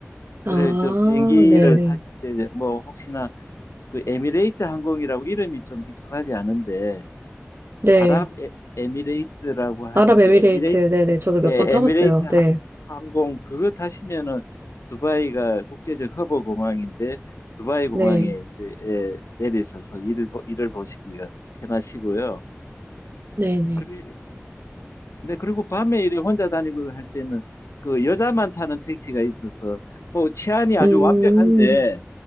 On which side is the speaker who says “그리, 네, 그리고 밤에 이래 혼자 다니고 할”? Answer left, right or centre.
Left